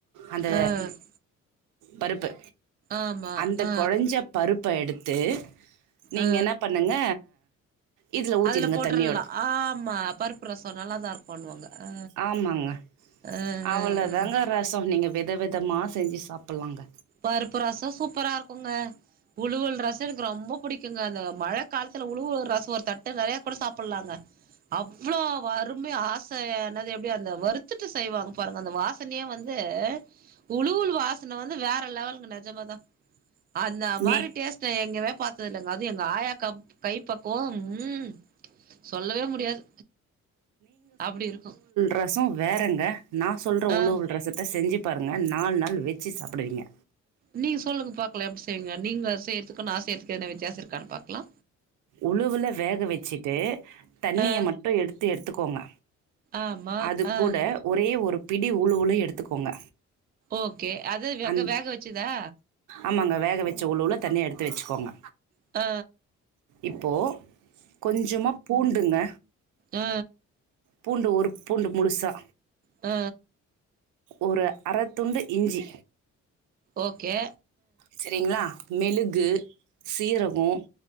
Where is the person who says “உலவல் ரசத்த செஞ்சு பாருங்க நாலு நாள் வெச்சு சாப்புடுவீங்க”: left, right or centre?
Right